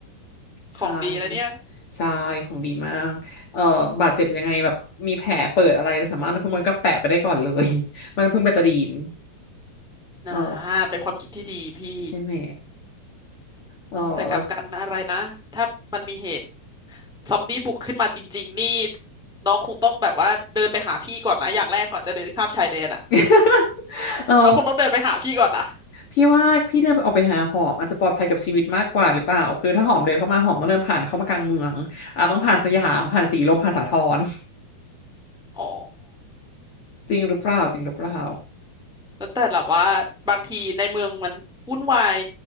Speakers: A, on the left; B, in the centre.
A: <laughs> ใช่
B: ของดีนะเนี่ย
A: ใช่ของดีมากเอ่อบาดเจ็บยังไงแบบมีแผลเปิดอะไรเราสามารถเอาน้ำผึ้งมันก็แปะไปได้ก่อนเลย <laughs> มันน้ำผึ้งเบตาดีน
B: นะ
A: เออ
B: เป็นความคิดที่ดีพี่
A: ใช่ไหมเออแล้ว
B: แต่กลับกันอะไรนะถ้ามันมีเหตุซอมบี้บุกขึ้นมาจริงๆนี่น้องคงต้องแบบว่าเดินไปหาพี่ก่อนนะอย่างแรกก่อนจะเดินข้ามชายแดนอะ
A: <laughs> เรา
B: เราคงต้องเดินไปหาพี่ก่อนนะ
A: พี่ว่าพี่เดินออกไปหาหอมอาจจะปลอดภัยกับชีวิตมากกว่าหรือเปล่าคือถ้าหอมเดินเข้ามาหอมต้องเดินผ่านเข้ามากลางเมืองอ่ะต้องผ่านสยามผ่านสีลมผ่านสาทร
B: อ๋อ
A: จริงหรือเปล่าจริงหรือเปล่า
B: แล้วแต่แบบว่าบางทีในเมืองมันวุ่นวาย